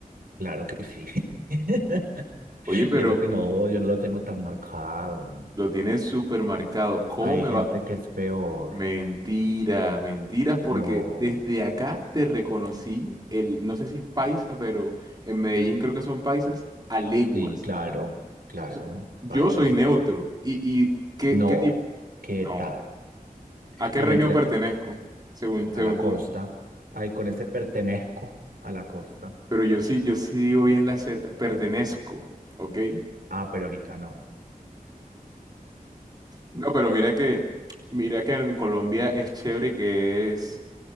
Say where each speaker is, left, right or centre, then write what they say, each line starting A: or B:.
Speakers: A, on the right; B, on the right.
A: Claro que sí. <laughs>
B: Oye, pero
A: Y eso que no, yo no lo tengo tan marcado.
B: lo tienes súper marcado. ¿Cómo
A: Hay
B: me
A: gente
B: va?
A: que es peor.
B: Mentira, mentiras, porque
A: No,
B: desde acá te reconocí el, no sé si es paisa, pero en Medellín creo que son paisas, a leguas.
A: sí, claro, claro,
B: O sea, yo
A: paisa.
B: soy neutro. ¿Y, y qué,
A: No,
B: qué tipo?
A: ¿qué
B: No.
A: tal?
B: ¿A qué
A: No,
B: región
A: mentiras,
B: pertenezco?
A: pe-
B: Según, según
A: a la costa.
B: tú.
A: Ay, con ese pertenezco a la costa.
B: Pero yo sí, yo sí digo bien la Z. Pertenezco, ¿ok?
A: Ah, pero ahorita no.
B: No, pero mira que, mira que en Colombia es chévere que es